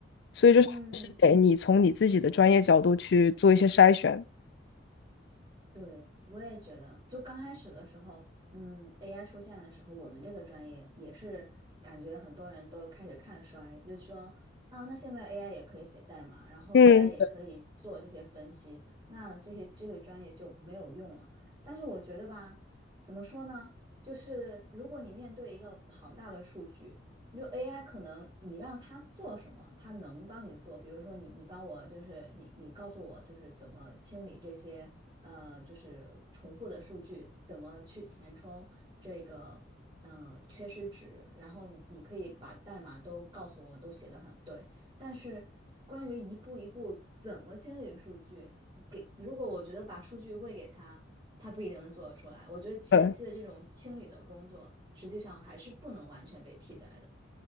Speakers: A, on the left; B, on the right.
A: 所以就是还是得你从你自己的专业角度去做一些筛选。
B: 嗯。对，我也觉得，就刚开始的时候，嗯，AI 出现的时候，我们这个专业也是感觉很多人都开始看衰，就说啊，那现在 AI 也可以写代码，然后
A: 嗯，
B: AI 也可以做这些分析，那这些这个专业就没有用了。但是我觉得吧，怎么说呢？就是如果你面对一个庞大的数据，你说 AI 可能你让它做什么，它能帮你做。比如说你你帮我就是你你告诉我就是怎么清理这些。呃，就是重复的数据，怎么去填充这个呃缺失值，然后你你可以把代码都告诉我，都写得很对，但是关于一步一步怎么清理数据，给如果我觉得把数据喂给他，他不一定能做得出来。我觉得前期的这种清理的工作，
A: 对，
B: 实际上还是不能完全被替代的。